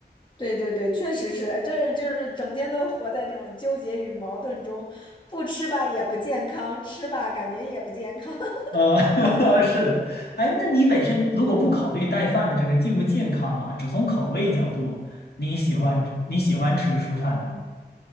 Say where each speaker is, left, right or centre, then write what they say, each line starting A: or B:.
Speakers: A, on the left (about 25°); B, on the left (about 65°).
A: 对对对，确实是，哎这就是整天都活在这种纠结与矛盾中，不吃吧也不健康，吃吧感觉也不健康。<laughs>
B: 呃，<laughs> 是的，哎，那你本身如果不考虑带饭的这个健不健康啊，只从口味角度，你喜欢你喜欢吃蔬菜吗？
A: 嗯